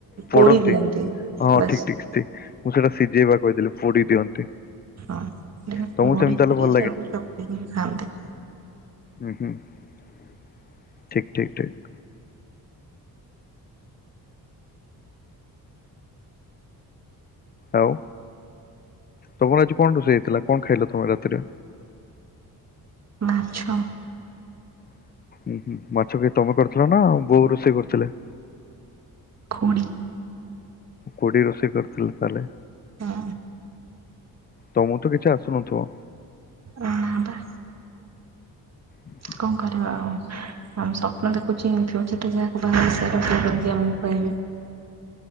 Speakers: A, on the left; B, on the right.
A: ପୋଡନ୍ତି
B: ପୋଡି ଦିଅନ୍ତି
A: ହଁ
B: ବାସ୍।
A: ଠିକ ଠିକ ମୁଁ ସେଟା ସିଝେଇବା କହିଦେଲି ପୋଡି ଦିଅନ୍ତି।
B: ହଁ ଟିକେ
A: ତମକୁ
B: ପୋଡିକିରି
A: ସେମିତି ତାହେଲେ ଭଲ
B: ତାକୁ ଚକଟି କିରି ଖାଆନ୍ତି।
A: ଉଁ ହୁଁ ହୁଁ ଠିକ୍ ଠିକ୍ ଠିକ୍। ଆଉ ତମର ଆଜି କଣ ରୋଷେଇ ହେଇଥିଲା କଣ ଖାଇଲ ତମେ ରାତିରେ।
B: ମାଛ।
A: ଉଁ ହୁଁ ମାଛ କିଏ ତମେ କରିଥିଲ ନା ବୋଉ ରୋଷେଇ କରିଥିଲେ।
B: ଖୁଡି
A: ଖୁଡି ରୋଷେଇ କରିଥିଲେ ତାହେଲେ
B: ହଁ
A: ତମକୁ ତ କିଛି ଆସୁନଥିବ।
B: ନା ବା।
A: ଉଁ ହୁଁ।
B: କଣ କରିବା ଆଉ ସ୍ୱପ୍ନ ଦେଖୁଛି ଯୋଉଠି ବି ଯାହାକୁ ବାହହେବି ତାକୁ <unintelligible>